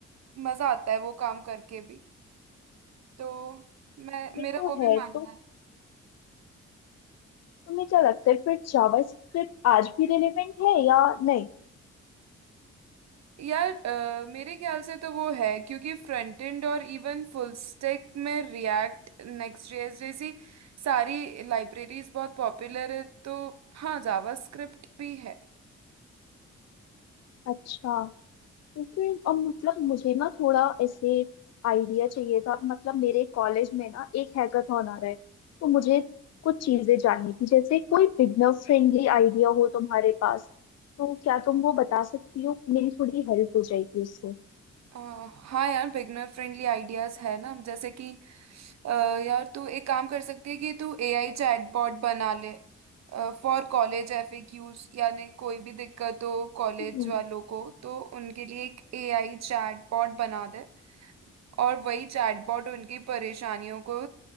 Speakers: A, on the right; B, on the left.
A: मज़ा आता है वो काम करके भी तो मैं
B: ये
A: मेरा
B: तो
A: वो भी
B: है
A: मानना
B: तो
A: है
B: तुम्हें क्या लगता है फिर जावास्क्रिप्ट आज भी रिलेवेंट है या नहीं
A: यार अ, मेरे ख्याल से तो वो है क्योंकि फ्रंट एंड और इवन फुल स्टैक में रिएक्ट नेक्स्ट जेएस जैसी सारी लाइब्रेरीज बहुत पॉपुलर है तो हाँ जावास्क्रिप्ट भी है
B: अच्छा जैसे अब मतलब मुझे ना थोड़ा ऐसे आइडिया चाहिए था मतलब मेरे कॉलेज में ना एक हैकाथॉन आ रहा है तो मुझे कुछ चीजें जाननी थी जैसे कोई बिगनर फ्रेंडली आइडिया हो तुम्हारे पास तो क्या तुम वो बता सकती हो मेरी थोड़ी हेल्प हो जाएगी उससे
A: अ, हाँ यार बिगनर फ्रेंडली आइडियाज है ना जैसे कि अ, यार तू एक काम कर सकती है कि तू एआई चैटबॉट बना ले फॉर कॉलेज एफएक्यूज यानी कोई भी दिक्कत हो कॉलेज
B: हम्म
A: वालों को तो उनके लिए एक एआई चैटबॉट बना दे और वही चैटबॉट उनकी परेशानियों को